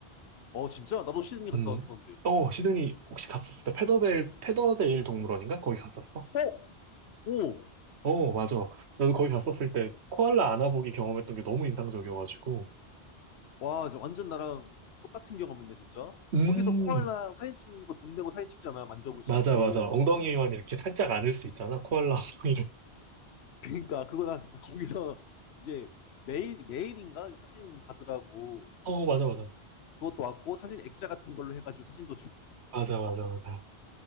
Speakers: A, on the left; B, on the right.
A: 어, 진짜? 나도 시드니 갔다
B: 음,
A: 왔었는데.
B: 어, 시드니 혹시 갔었을 때 페더데일, 페더데일 동물원인가? 거기 갔었어?
A: 어? 오!
B: 어, 맞아. 나도 거기 갔었을 때 코알라 안아보기 경험했던 게 너무 인상적이어가지고.
A: 와, 이제 완전 나랑 똑같은 경험인데, 진짜?
B: 음,
A: 거기서 코알라 사진 찍는 거 돈 내고 사진 찍잖아. 만져볼
B: 맞아,
A: 수 있고.
B: 맞아. 엉덩이만 이렇게 살짝 안을 수 있잖아. 코알라 엉덩이를. <laughs>
A: 그러니까, 그거 나 <laughs> 거기서 이제 매일, 매일인가? 사진 받으라고.
B: 어, 맞아, 맞아, 맞아.
A: 그것도 왔고, 사진 액자 같은 걸로 해가지고 사진도 주고
B: 맞아, 맞아, 맞아.